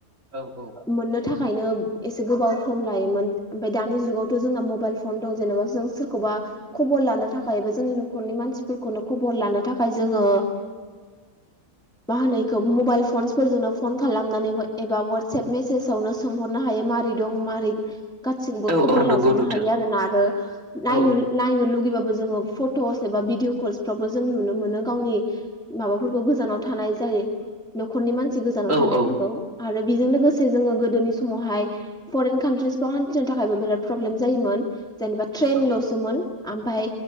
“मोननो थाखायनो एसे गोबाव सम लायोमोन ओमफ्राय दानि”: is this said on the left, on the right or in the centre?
Centre